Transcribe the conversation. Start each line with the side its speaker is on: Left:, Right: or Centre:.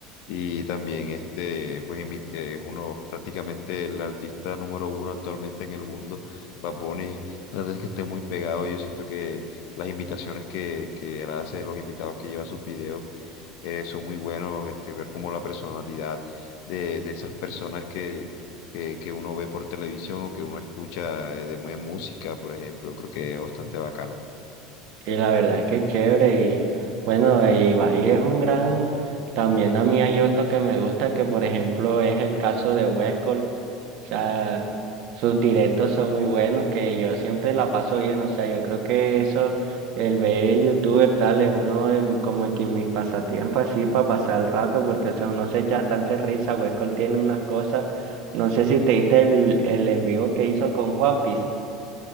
Left: y también este, pues invit- eh, es uno prácticamente el artista número uno actualmente en el mundo, Bad Bunny, la verdad es que está muy pegado, yo siento que las invitaciones que, que él hace, los invitados que lleva a sus videos, eh, son muy buenos, este, ver como la personalidad de, de esas personas que, que, que uno ve por televisión o que uno escucha eh, de buena música, por ejemplo, creo que es bastante bacano.
Right: Y la verdad es que es chévere y bueno, y Bahía es un gran, también a mí hay otro que me gusta que por ejemplo es el caso de Westcol, o sea, sus directos son muy buenos que yo siempre la paso bien, o sea, yo creo que eso, el ver youtuber tal es uno de mi- como que mis pasatiempos así para pasar el rato porque o sea, uno se echa bastante risa, Westcol tiene unas cosas, no sé si te diste el, el en vivo que hizo con Juan Piece.